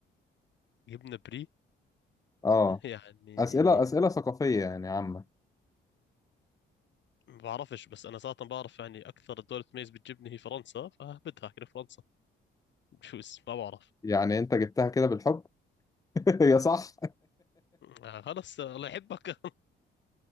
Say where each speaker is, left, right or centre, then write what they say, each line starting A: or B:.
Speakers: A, on the left; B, on the left.
A: جبنة بري
B: اه
A: <laughs> يعني
B: اسئله اسئله ثقافيه يعني عامه
A: ما بعرفش بس انا صراحة بعرف يعني اكثر دولة تميز بالجبنة هي فرنسا فهبدها كده فرنسا بجوز ما بعرف
B: يعني انت جبتها كده بالحب <laughs> يا صح
A: آه، خلص الله يحبك